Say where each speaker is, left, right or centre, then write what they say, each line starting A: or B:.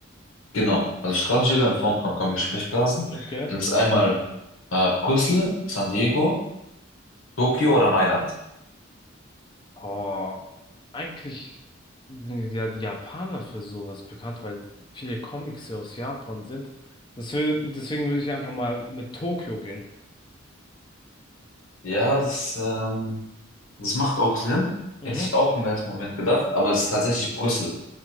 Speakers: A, on the left (about 90°); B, on the left (about 25°).
A: genau, also Straßenschilder in Form von Comic-Sprechblasen.
B: Okay.
A: Das ist einmal äh, Brüssel, San Diego, Tokio oder Mailand.
B: Oh, eigentlich sind ja die Japaner für sowas bekannt, weil viele Comics ja aus Japan sind. Deswegen, deswegen würde ich einfach mal mit Tokio gehen.
A: Ja, das, ähm, das macht auch Sinn.
B: Mhm.
A: Hätte ich auch im ersten Moment gedacht, aber es ist tatsächlich Brüssel.